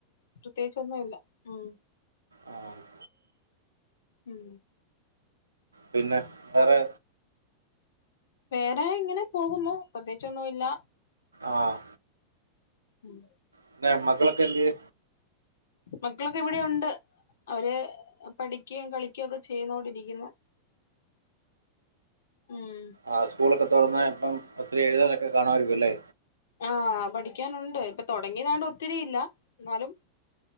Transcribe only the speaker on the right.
ആഹ്
പിന്നെ വേറെ
ആഹ്
പിന്നെ മക്കളക്കെന്തിയെ?
ആഹ് സ്കൂളൊക്കെ തൊറന്ന് ഇപ്പം ഒത്തിരി എഴുതന്നൊക്കെ കാണുവാരിക്കുല്ലേ?